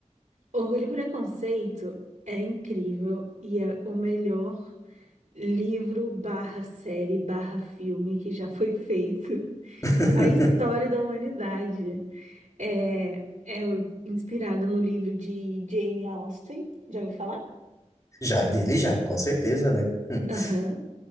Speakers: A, on the right (about 75°); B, on the left (about 25°).
A: Orgulho e Preconceito é incrível e é o melhor livro barra série barra filme que já foi feito <laughs>
B: <laughs>
A: na história da humanidade. É, é inspirado no livro de Jane Austen. Já ouvi falar?
B: Já, dele já, com certeza, né? <laughs>
A: Aham.